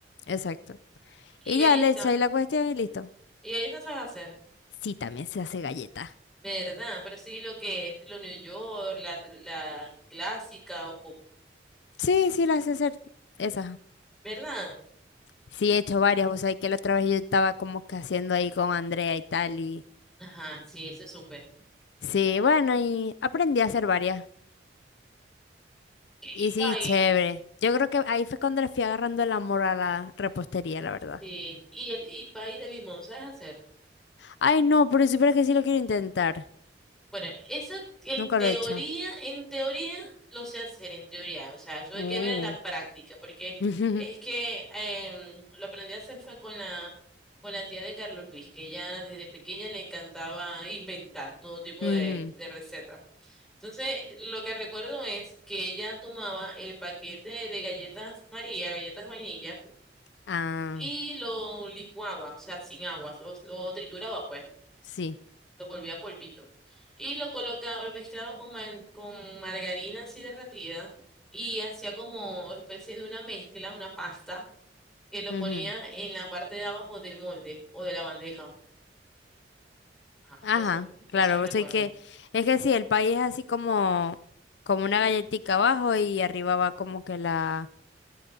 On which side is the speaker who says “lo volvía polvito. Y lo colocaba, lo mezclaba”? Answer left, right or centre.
Centre